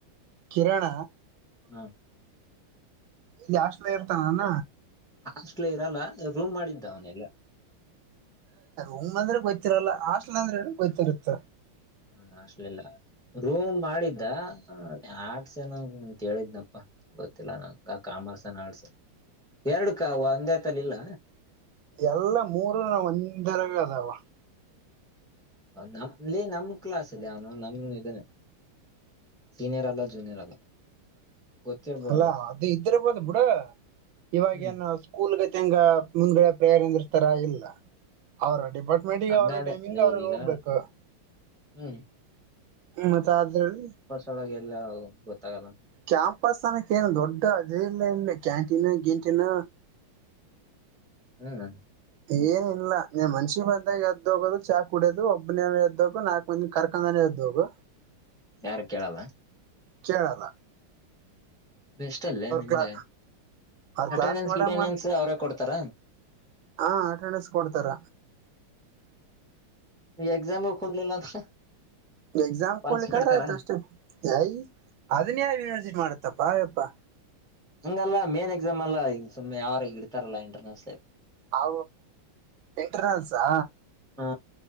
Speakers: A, on the right; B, in the centre.
A: ಕಿರಣ
B: ಹಾ
A: ಇಲ್ಲಿಾಷ್ಟ್ಮೇ ಇರ್ತಾನಾನ
B: ಹಾಸ್ಟ್ಲೇ ಇರಲ್ಲ ರೂಮ್ ಮಾಡಿದ್ದ ಅವನೆೆಲ್ಲ
A: ಉಮ್ ಅಂದ್ರೆ ಗೊ್ತ್ತರಲ್ಲ ಹಾಸ್ಟಲ್ ಅಂದ್ರೆ ಗೊ್ತ್ತತಿರುತ್ತ
B: ಹಣ ಅಷ್ಟಲಿಲ್ಲ ರೂಮ್ ಮಾಡಿದ್ದ ಆರ್ಟ್ಸ್ ಏನ ಕೇಳಿದ್ನಪ್ಪಾ ಗೊತ್ತಿಲ್ಲ ನಂ ಕಾಮರ್ಸ್ ಏನ್ ಆರ್ಟ್ಸ್ ಎರಡು ಕವು ಅಂದೇತಲ್ಲಿ ಇಲ್ಲ
A: ಎಲ್ಲ ಮೂರ ಒಂದರಗ ಅದಾವ
B: ನಮಲ್ಲಿ ನಮ್ ಕ್ಲಾಸ್ ಅಲ್ಲಿ ಅವನು ನಮ ಇದನೆ ಸೀನಿಯರ್ರಲ್ಲ ಜುಿಿಯರ್ ಅಲ್ಲ ಗೊತ್ತಿರ್ಬೋದು
A: ಅಲ್ಲಾ ಅದು ಇದರ್ಬೋದು್ ಬಿುಡ ಇವಾಗೇಏನ್
B: ಹ್ಮ್
A: ಕಕೂಲ್ಗ ತಂಗ ಮುಂದ್ಗಡೆ ಪ್ರೇರಣರ್ತಾರ ಇಲ್ಲ ಅವ್ರ ಡಿಪಾರ್ಟ್ ಮಡಿಿಗೆ
B: ಹಂಗಾದ
A: ಅವ್ರ ಟೈಮಿಂಗ್ ಅವ್ರ
B: ಈಗ
A: ಹೋಗ್ಬೇಕು
B: ಹ್ಮ್
A: ಮತ್ತ್ರ <inaudible>
B: ಅೊಳಗೆ ಎಲ್ಲ ಗೊತ್ತಾಗಲ್ಲ
A: ಕ್ಯಾಂಪಸ್ ಅನಕ್ ಏನು ದೊಡ್ಡ ಅದೇಲ್ಲ ಇಲ್ಲಿ ಕ್ಯಾಂಟೀನ್ ಗೇಂಟೀನ್
B: ಹ್ಮ್
A: ಏನ ಇಲ್ಲ ನೀ ಮನ್ಷಿ ಬಂದಾಗ ಎದ್ದೋಗೋದು ಚಾ ಕುಡಿಯೋದು ಒಬ್ಬನವು ಎದ್ದೋಗು ನಾಕು ಒಂದ್ ಕರ್ಕಂದಾನೆ ಇದದ್ದೋಗು
B: ಯಾರು ಕೇಳಲ್ಲ
A: ಚೇೇಳಲ್ಲ
B: ಬೆಸ್ಟ್ ಅಲ್ಲೇ ನಿಮ್ದಗೆ
A: ಕ್ಲಾ ಅವ್ರ
B: ಅಟೆಂಡೆನ್ಸ್
A: ಕ್ಲಾಸ್ ಮಾಡ
B: ಗಿಟೆಂಡೆನ್ಸ್
A: ಮಾಡ್ತ
B: ಅವರೇ ಕೊಡ್ತಾರ
A: ಹ ಅಟೆಂಡೆನ್ಸ್ ಕೊಡ್ತಾರ
B: ಎಕ್ಸಾಮ ಕೊಂಡಿಲ್ಲ ಅಂದ್ರ
A: ಎಕ್ಸಾಮ್
B: ಪಾಸ್
A: ಕೊಡ್ಲಿಕ್ಕ
B: ಮಾಡ್ತಾರ
A: ಆದ್ರೆ ಆಯ್ತು ಅಷ್ಟೇ ಯಯ ಅದನ್ ಯಾವ ಯನಿವರ್ಸಿಟಿ ಮಾಡತ್ತಪ್ಪಾ ಅಯ್ಯಪ್ಪಾ
B: ಹಂಗಲ್ಲ ಮೇನ್ ಎಕ್ಸಾಮ್ ಅಲ್ಲ ಹ ಸು್ ಯ ಅವಾಗ ಇತಾರಲ್ಲ ಇಂಟರ್ನ್ಸ್
A: ಅ ಎಂಟಸಾ
B: ಹಾ